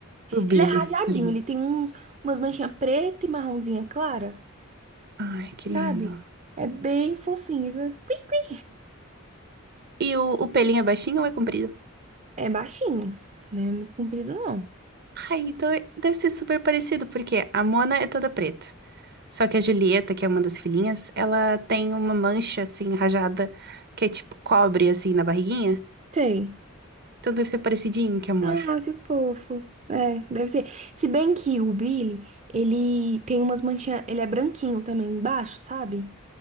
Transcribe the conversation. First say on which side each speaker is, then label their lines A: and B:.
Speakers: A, on the right; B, on the right.
A: o Billy.
B: Ele é rajadinho,
A: Lindo.
B: ele tem uns, umas manchinhas preta e marronzinha clara,
A: Ai, que
B: sabe?
A: lindo.
B: É bem fofinho, fica-
A: E o, o pelinho é baixinho ou é comprido?
B: é baixinho, né? Muito comprido, não.
A: Ai, então é- deve ser super parecido, porque a Mona é toda preta. Só que a Julieta, que é uma das filhinhas, ela tem uma mancha assim, rajada, que é tipo cobre assim na barriguinha.
B: Tem.
A: Então deve ser parecidinho, que amor.
B: Ah, que fofo. É, deve ser. Se bem que o Billy, ele tem umas manchinhas. Ele é branquinho também embaixo, sabe?